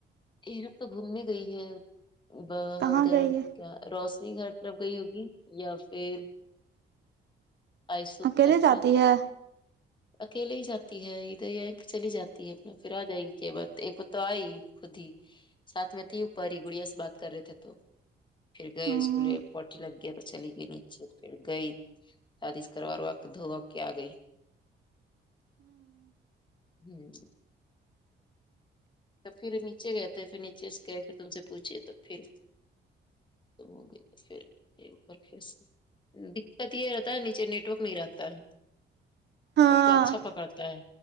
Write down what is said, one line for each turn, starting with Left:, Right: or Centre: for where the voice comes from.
Left: ارم تو گھومنے گئی ہے ب
Right: کہاں
Left: ادھر
Right: گئی ہے
Left: کیا روشنی گھر تک گئی ہوگی یا پھر آئسک
Right: اکیلے
Left: گھر طرف
Right: جاتی ہے
Left: اکیلے ہی جاتی ہے ادھر یا چلی جاتی ہے اپنا پھر آ جائے گی کے بات ایک <unintelligible> خود ہی تھے ساتھ میں تھے اوپر ہی گڑیا سے بات کر رہے تھے تو پھر گئے
Right: ہاں
Left: اس کو لی پاٹی لگ گیا تو چلی گئی نیچے پھر گئی شادیش کروار و دو اپ کے آ گئی ہمم تب پھر نیچے گئے تھے پھر نیچے سے گئے پھر تم سے پوچھیے توب پھر تو ہو گئے تو پھر <unintelligible> اوپر سے دقت یہ رہتا ہے نیچے نیٹورک نہیں رہتا ہے
Right: ہاں
Left: اوپر اچھا پکڑتا ہے